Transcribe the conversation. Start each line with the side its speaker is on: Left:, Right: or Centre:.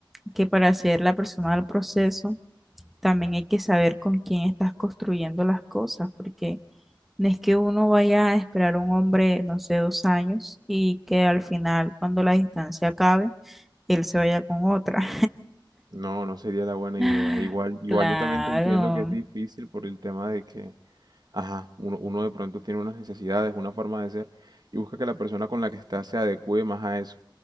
Centre: que para ser la persona del proceso, también hay que saber con quién estás construyendo las cosas, porque no es que uno vaya a esperar a un hombre, no sé, dos años y que al final, cuando la distancia acabe, él se vaya con otra.
Right: No, no sería la buena
Centre: <laughs>
Right: idea. Igual, igual
Centre: Claro.
Right: yo también te entiendo que es difícil por el tema de que, ajá, uno, uno de pronto tiene unas necesidades, una forma de ser, y busca que la persona con la que está se adecue más a eso.